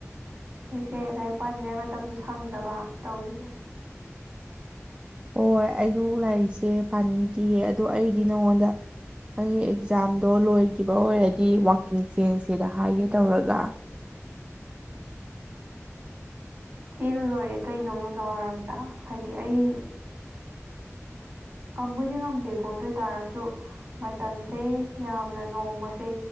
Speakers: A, on the right; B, on the right.
A: ꯑꯩꯁꯦ ꯂꯥꯏꯔꯤꯛ ꯄꯥꯅꯤꯡꯉꯥꯏ ꯃꯇꯝꯁꯨ ꯁꯪꯗꯕ ꯇꯧꯔꯤꯁꯦ
B: ꯍꯣꯏ ꯑꯩꯁꯨ ꯂꯥꯏꯔꯤꯛꯁꯦ ꯄꯥꯅꯤꯡꯗꯤꯌꯦ ꯑꯗꯣ ꯑꯩꯗꯤ ꯅꯉꯣꯟꯗ ꯅꯪꯒꯤ ꯑꯦꯛꯖꯥꯝꯗꯣ ꯂꯣꯏꯈꯤꯕ ꯑꯣꯏꯔꯗꯤ ꯋꯥꯀꯤꯡ ꯆꯦꯟꯁꯤꯗ ꯍꯥꯏꯒꯦ ꯇꯧꯔꯒ
A: ꯆꯦꯜꯂ ꯂꯣꯏꯔꯦ ꯀꯩꯅꯣ ꯅꯨꯡꯗꯥꯡꯋꯥꯏꯔꯝꯗ ꯍꯥꯏꯗꯤ ꯑꯩ ꯀꯝꯕꯨꯗꯤ ꯉꯝꯗꯦꯀꯣ ꯑꯗꯣꯏ ꯇꯥꯔꯁꯨ ꯃꯇꯝꯁꯦ ꯌꯥꯝꯅ ꯅꯣꯡꯃꯁꯦ